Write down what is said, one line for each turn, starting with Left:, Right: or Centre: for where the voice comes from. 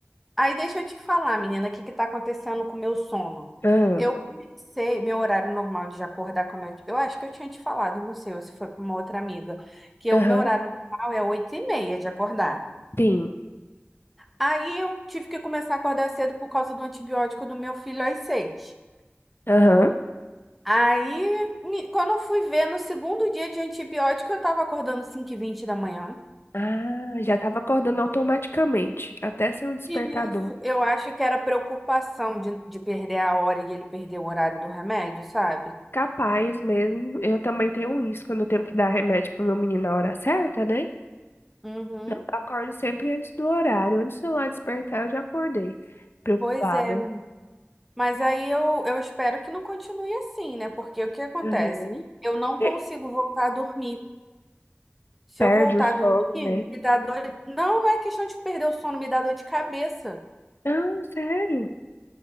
Centre: Aí deixa eu te falar, menina, o que que tá acontecendo com o meu sono?
Left: Aham,
Centre: Eu comecei, meu horário normal de acordar, como eu, eu acho que eu tinha te falado, não sei, ou se foi para uma outra amiga, que
Left: aham,
Centre: o meu horário normal é oito e meia de acordar.
Left: sim.
Centre: Aí eu tive que começar a acordar cedo por causa do antibiótico do meu filho às 6.
Left: Aham.
Centre: Aí, me- quando eu fui ver, no segundo dia de antibiótico, eu tava acordando cinco e vinte da manhã.
Left: Ah, já estava acordando automaticamente, até sem um despertador.
Centre: Isso, eu acho que era preocupação de, de perder a hora e ele perder o horário do remédio, sabe?
Left: Capaz mesmo. Eu também tenho isso, quando eu tenho que dar remédio pro meu menino na hora certa, né?
Centre: Uhum.
Left: Eu acordo sempre antes do horário. Antes do lá despertar, eu já acordei. Preocupada.
Centre: Pois é, mas aí eu, eu espero que não continue assim, né? Porque o que acontece?
Left: Uhum.
Centre: Eu não consigo
Left: E
Centre: voltar a dormir. Se
Left: perde
Centre: eu voltar
Left: o sono,
Centre: a dormir,
Left: né?
Centre: me dá dor. Não, não é questão de perder o sono, me dá dor de cabeça.
Left: Ah, sério?